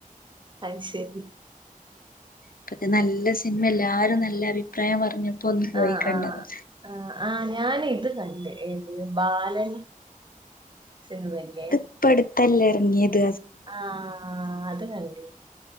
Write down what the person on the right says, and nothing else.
അയ് ശരി
ആഹ്
ആഹ് ആഹ് ആഹ് ഞാൻ ഇത് കണ്ട് ഏത് ബാലൻ സിനിമേണ്ലെ
ആഹ് ആഹ് അത് കണ്ട്